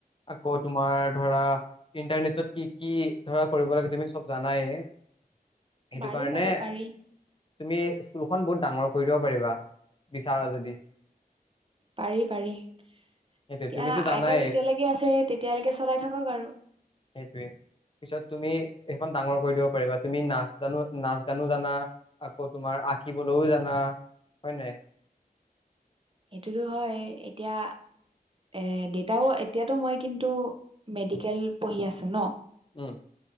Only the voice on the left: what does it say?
আকৌ তোমাৰ ধৰা ইণ্টাৰনেটত কি কি ধৰা কৰিব লাগে তুমি চব জানাই। সেইটো
কাৰণে
তুমি স্কুলখন বহুত ডাঙৰ কৰি দিব পাৰিবা বিচাৰা যদি
সেইটোৱে
তুমিতো
জানাই
সেইটোৱে পিছত তুমি সেইখন ডাঙৰ কৰি দিব পাৰিবা তুমি নাচ জানো নাচ গানো জানা। আকৌ তোমাৰ আঁকিবলৈও জানা হয় নাই।
উম',